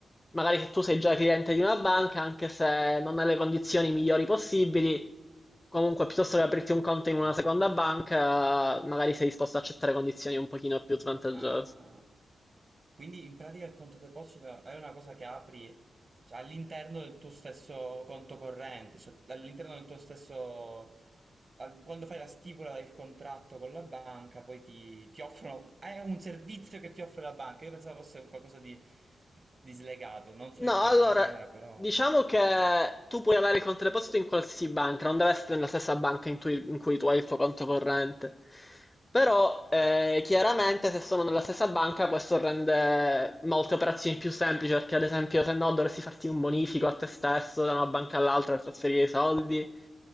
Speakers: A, on the left; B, on the right.
A: magari se tu sei già cliente di una banca, anche se non hai le condizioni migliori possibili, comunque piuttosto che aprirti un conto in una
B: Ah,
A: seconda banca, magari sei disposto ad accettare condizioni un pochino più svantaggiose.
B: ah. Quindi in pratica il conto deposito è una cosa che apri, cioè, all'interno del tuo stesso conto corrente, cioè all'interno del tuo stesso... al- Quando fai la stipula del contratto con la banca, poi ti, ti offrono... È un servizio che ti offre la banca. Io pensavo fosse qualcosa di, di slegato, non so
A: No,
B: in quale
A: allora,
B: maniera, però...
A: diciamo che tu puoi avere il conto deposito in qualsiasi banca, non deve essere nella stessa banca in, tui- in cui tu hai il tuo conto corrente. Però, eh, chiaramente, se sono nella stessa banca, questo rende molte operazioni più semplici, perché ad esempio, se no, dovresti farti un bonifico a te stesso da una banca all'altra per trasferire i soldi.